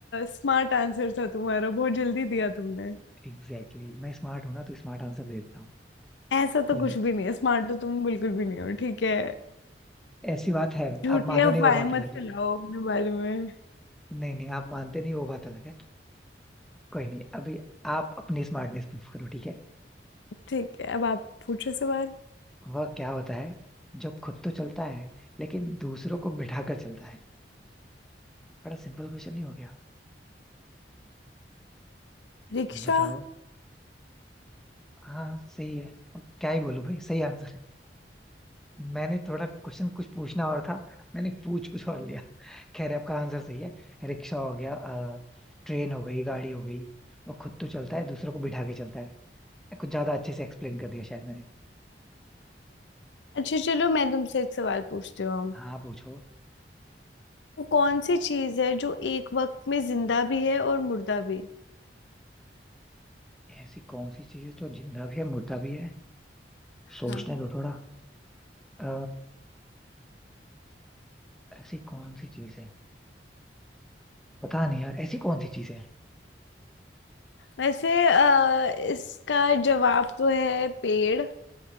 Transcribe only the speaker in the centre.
Exactly exactly. मैं स्मार्ट हूं ना तो स्मार्ट आंसर दे देता हूँ
कोई
नहीं
ऐसी बात है
आप मानो
नहीं वो बात
अलग
है
नहीं नहीं आप मानते नहीं वो बात अलग है कोई नहीं अभी आप अपनी स्मार्टनेस प्रूफ करो ठीक है
वह क्या होता है जब खुद तो चलता है लेकिन दूसरों को बिठा कर चलता है बड़ा सिंपल क्वेश्चन नहीं हो गया
बताओ हाँ सही है अब क्या ही बोलूं भाई सही आंसर है मैंने थोड़ा क्वेश्चन कुछ पूछना और था मैंने पूछ कुछ और लिया खैर आपका आंसर सही है रिक्शा हो गया अ, ट्रेन हो गई गाड़ी हो गई वो खुद तो चलता है दूसरों को बिठा के चलता है कुछ ज्यादा अच्छे से एक्सप्लेन कर दिया शायद मैंने
हाँ पूछो
ऐसी कौन सी चीज है जो जिंदा भी है मुर्दा भी है सोचने
दो थोड़ा अ, ऐसी कौन सी चीज है पता नहीं यार ऐसी कौन सी चीज है